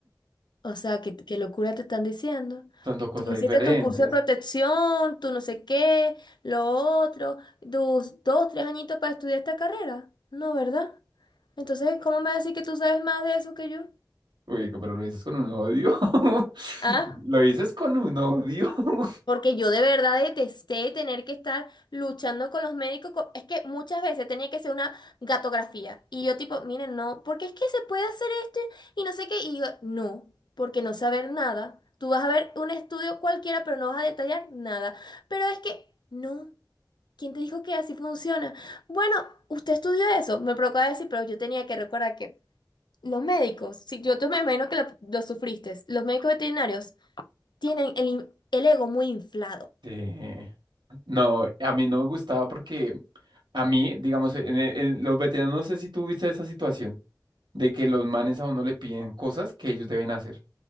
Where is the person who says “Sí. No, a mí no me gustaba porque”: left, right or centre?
Right